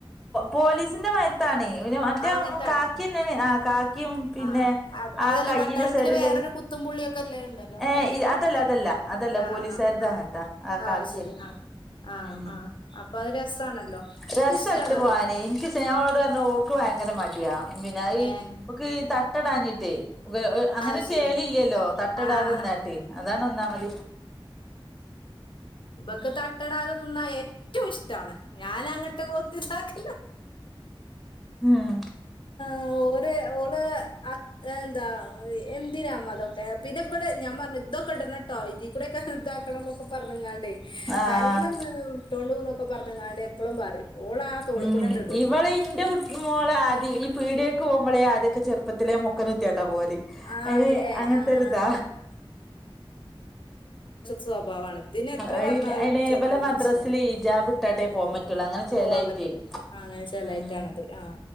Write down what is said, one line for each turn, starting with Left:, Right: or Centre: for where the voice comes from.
Centre: പോലീസിന്റെ മരത്താണേ പിന്നെ മറ്റേ
Left: ആ അങ്ങനത്താണോ
Centre: കാക്കി തന്നെയാണ് ആ കാക്കിയും പിന്നെ
Left: ആഹ് അത്
Centre: ആ
Left: അതല്ല
Centre: കയ്യറെ
Left: പട്ടാളത്തിന്
Centre: സൈഡില്രു
Left: വേറൊരു കുത്തും പുള്ളിയൊക്കെ അല്ലേ ഉണ്ടല്ലോ
Centre: ഏ
Left: അതല്ലല്ലോ
Centre: അതല്ല അതല്ല അതല്ല
Left: ആഹ്
Centre: പോലീസരുതാ
Left: ആഹ് ആഹ്
Centre: അങ്ങനത്താ ആ
Left: ആഹ്
Centre: കാക്കിയ
Left: അത് ശരി ആഹ് ആഹ്
Centre: ഉ
Left: ആഹ് അപ്പൊ അത് രസാണല്ലോ എനിക്കിഷ്ടാണത്
Centre: രസ ഇട്ട് പോവാന എനിക്ക് ഞ അവളോട് പറ ഓക്ക ഭയങ്കര മടയാ പിന്നാ
Left: ഏഹ്
Centre: ഒക്ക് തട്ടടാഞ്ഞിട്ടേ അങ്ങനെ
Left: അത് ശരി
Centre: ചേലില്ലല്ലോ തട്ടടാതെന്നെ
Left: ആഹ് ആഹ്
Centre: ട്ട അതണോന്നാ മതി
Left: ഇബൊക്ക തട്ടടാതെ നിന്ന ഏറ്റവും ഇഷ്ടമാണ് ഞാൻങ്ങോട്ട് കോത്തി സാക്ക
Centre: ഉം
Left: ഓ ഓള് എന്താ എന്തിന അതൊക്കെ പിന്നെ ഇവിടെ ഞാ പറഞ്ഞു ഇതൊക്കെ ഇടന്നട്ടോ ഇതീ കൂടെക്കെ ഇതാക്കണം എന്നൊക്കെ പറഞ്ഞ ഞാണ്ട്
Centre: ആഹ്
Left: തലേൽ ഒന്ന് ഇട്ടോണ്ട്ന്നൊക്കെ പറഞ്ഞ കാര്യം എപ്പോളും പറയും ഓള് ആ തോള്
Centre: ഉം
Left: കൂടെണ്ട് ഇടും
Centre: ഇവളെ ഇന്റെ കുട്ട മോളെ ഈ പീടേക്ക് പോുമ്പോളേ ആദ്യൊക്കെുത്തിലെ മുക്കനെത്തിയ പോല
Left: ആണ്ല്ലേ
Centre: അതിനെ അങ്ങനത്തെ
Left: ആഹ്
Centre: ഒരിത
Left: സ്വഭാവമാണ് ഇതിനന് എത്ര
Centre: അയിന്
Left: പറഞ്ഞാലും
Centre: അയിന്
Left: ചിലപ്പോ
Centre: ഇവലെ മദ്രസില്
Left: മനസ്സിലാവും
Centre: ഇജാബ് ഇട്ടാട്ടേ പോകാൻ പറ്റുള്ളൂ അങ്ങനെ
Left: പോവാൻ
Centre: ചേലായിട്ടേ
Left: പറ്റ ആഹ അങ്ങനെ ചലായിട്ടാണത്
Centre: ഉം
Left: ആഹ